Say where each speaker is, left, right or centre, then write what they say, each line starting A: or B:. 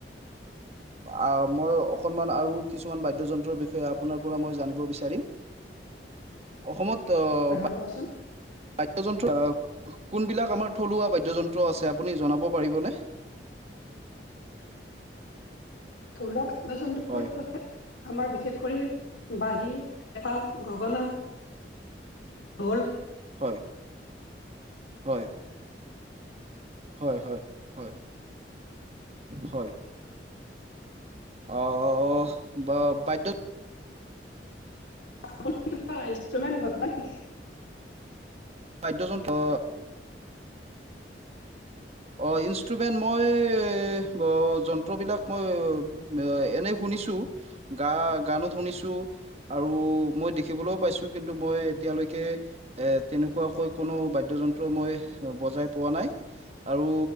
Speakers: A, on the right; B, on the left.
A: আ মই অকণমান আৰু কিছুমান বাদ্য যন্ত্ৰৰ বিষয়ে এই আপোনাৰ পৰা মই জানিব বিচাৰিম অসমত অ বা
B: ক'বচোন
A: বাদ্যযন্ত্ৰ কোনবিলাক আমাৰ থলুৱা বাদ্যযন্ত্ৰ আছে আপুনি জনাব পাৰিবনে?
B: থলোৱা বাদ্য যন্ত্ৰ
A: হয়,
B: বুলি ক'লে আমাৰ বিশেষ কৰি বাঁহী বা গগনা ভ'ল
A: হয় হয় হয় হয় হয় হয় অ ব বাধ্য
B: আপুনি কিবা ইনষ্ট্ৰুমেণ্ট বজাই নেকি
A: বাদ্যযন্ত্ৰ অঁ ইনষ্ট্ৰুমেণ্ট মই ব যন্ত্ৰবিলাক মই এ এনেই শুনিছো গা গান শুনিছো। আৰু মই দেখিবলৈও পাইছোঁ কিন্তু মই এতিয়ালৈকে - এ তেনেকুৱাকৈ কোনো বাদ্যযন্ত্ৰ মই বজাই পোৱা নাই। আৰু